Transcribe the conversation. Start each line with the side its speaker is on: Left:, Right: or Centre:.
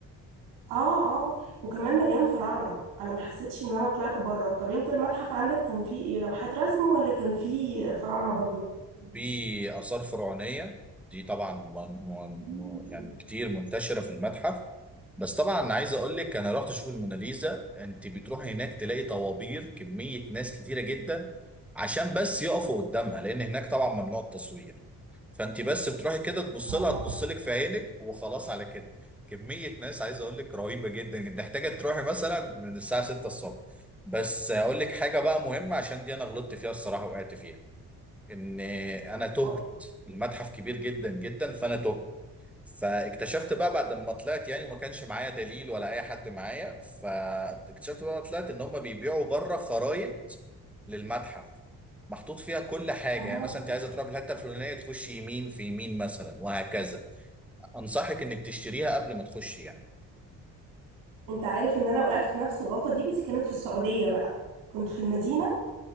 Right: اه اه وكمان مليان فراعنة انا ما حسيتش ان انا طلعت بره طب انت المتحف عندك كان فيه ايه لوحات رسم ولا كان فيه فراعنة برضو <laughs>
Centre: في آثار فرعونية دي طبعا من من
Right: مم.
Centre: من- يعني كتير منتشرة في المتحف بس طبعا عايز اقول لك انا رحت اشوف الموناليزا انت بتروح هناك تلاقي طوابير كمية ناس كتيرة جدا عشان بس يقفوا قدامها لان هناك طبعا ممنوع التصوير فانت بس بتروحي كده تبص
Right: اه
Centre: لها تبص لك في عينك وخلاص على كده كمية ناس عايز اقول لك رهيبة جدا جدا محتاجة تروحي مثلا من الساعة 6 الصبح بس اقول لك حاجة بقى مهمة عشان دي انا غلطت فيها الصراحة وقعت فيها ان انا تهت
Right: آه.
Centre: المتحف كبير جدا جدا فانا تهت فاكتشفت بقى بعد ما طلعت يعني وما كانش معايا دليل ولا اي حد معايا فاكتشفت بقى ما طلعت ان هم بيبيعوا بره خرايط للمتحف محطوط فيها كل حاجه
Right: اها
Centre: يعني مثلا انت عايزه تروح في الحته الفلانيه تخش يمين في يمين مثلا وهكذا انصحك انك تشتريها قبل ما تخش يعني
Right: انت عارف ان انا وقعت في نفس الغلطة دي بس كانت في السعودية بقى كنت في المدينة